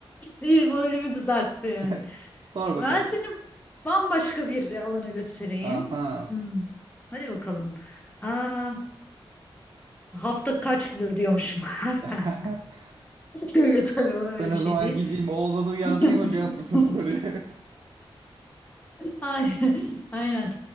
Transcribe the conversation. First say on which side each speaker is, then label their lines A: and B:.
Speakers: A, on the left (about 15°); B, on the right (about 55°).
A: İyi moralimi düzelttin.
B: <laughs> Sor bakalım.
A: Ben seni bambaşka bir alana götüreyim.
B: Aha.
A: Hmm. Hadi bakalım. Aa, hafta kaç gündür diyormuşum.
B: <laughs>
A: <laughs> Değil tabii o öyle
B: Ben o
A: bir şey
B: zaman
A: değil.
B: gideyim oğlanı uyandırayım
A: <laughs>
B: o cevaplasın bu soruyu.
A: Ay, aynen.